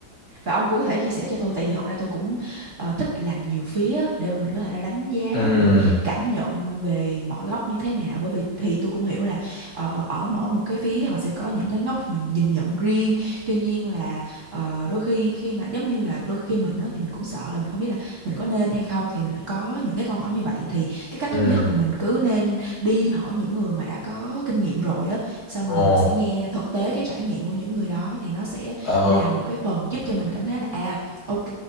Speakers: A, on the right; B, on the left.
A: Và ông cũng có thể chia sẻ cho tôi Tại vì thật ra tôi cũng ờ, thích làm nhiều phía Để mà mình có thể là đánh giá
B: ừ
A: rồi cảm nhận về mọi góc như thế nào Bởi vì thì tôi cũng hiểu là ờ, ở mỗi một cái phía họ sẽ có những cái góc nhìn, nhìn nhận riêng Tuy nhiên là Ờ, đôi khi khi mà giống như là đôi khi mình á, thì mình cũng sợ là mình không biết là mình có nên hay không thì mình có những cái câu hỏi như vậy thì cái cách
B: ừ
A: tốt nhất là mình cứ nên đi hỏi những người mà đã có kinh nghiệm rồi á xong
B: Ồ,
A: rồi mình sẽ nghe thực tế cái trải nghiệm của những người đó thì nó sẽ
B: ờ,
A: là một cái phần giúp cho mình cảm thấy là à ok